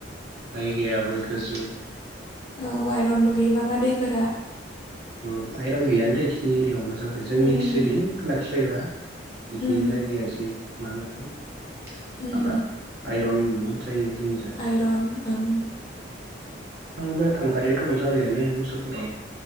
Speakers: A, on the right (about 55°); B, on the left (about 25°).
A: जायगायाबो गोजौ।
B: औ आइरनबो गैबाङा दैफोरा।
A: उम आयरन गैयानो दैेखिनि एरियायाव मोजां जायो जोंनिकिसो
B: उम
A: एरै खोलाखि फैबा बेखि
B: उम
A: जायगाया एसे मा होनो माबा
B: उम
A: आइरन बुहुद जायो जोंनि जा
B: आइरन ओं
A: आंबो थांथारिया गोबाव जाबायानो मसलफुराव।